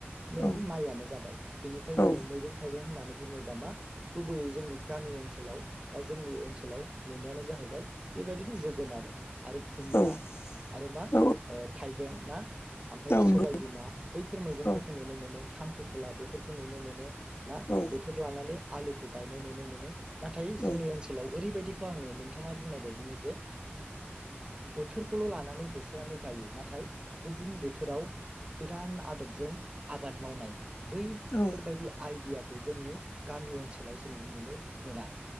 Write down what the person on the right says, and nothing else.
मेन
माइयानो जाबाय बेनिफ्राय
जोंङो मैगं थाइगं होननानै। बुङोबा मा गुबैयै जोंनि गामि ओनसोलाव बा जोंनि ओनसोलाव नुनायानो जाहैबाय बेबायदि। बेबादिनो जोगोनार । आरो खुमब्रा
आरो मा
थाइबें। ना। ओमफ्राय
सबायबिमा बैफोर मैगंफोरखौ
नुनो मोनो। खांख्रिखला बेफोरखौ नुनो मोनो। ना
बोथोर लानानै। आलुखौ गायनाय नुनो मोनो। नाथाय
जोंनि ओनसोलाव ओरैबायदि। दहाय नोंथाङा बुंनाय बायदिनो। जे बोथोरखौल लानानै होसोनानै गायो नाथाय गुबुन बोथोराव गोदान आदबजों आबाद मावनाय। बैफोरबायदि
आइडियाखौ। खौ जोंनि गामि ओनसोलाव जोङो नुनो मोना।